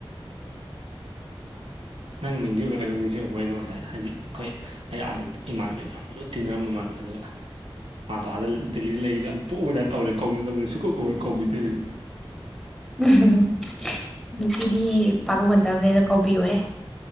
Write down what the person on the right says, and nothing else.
ꯅꯪ ꯅꯤꯡꯁꯤꯡꯕꯨꯔꯒ ꯀꯩꯗꯣ ꯅꯤꯡꯁꯤꯡꯉꯛꯄꯒꯤꯗꯣ ꯉꯁꯥꯏ ꯍꯥꯏꯗꯤ ꯑꯩꯈꯣꯏ ꯑꯩ ꯑꯥꯗ ꯏꯃꯥꯟꯅꯕꯤ ꯃꯌꯥꯝ ꯂꯣꯏꯅ ꯇꯤꯟꯅꯔꯝꯕ ꯃꯗ ꯑꯗꯨꯒ ꯃꯥꯗꯣ ꯑꯥꯗ ꯗꯦꯜꯂꯤꯗ ꯂꯩꯔꯤꯗ ꯑꯗꯨ ꯄꯣꯛꯄꯕꯗꯥ ꯇꯧꯔꯦ ꯀꯧꯅꯗꯕꯅꯤ ꯁꯨꯀꯧ ꯀꯧꯔ ꯀꯧꯕꯤꯗꯦ ꯑꯩꯁꯨꯣ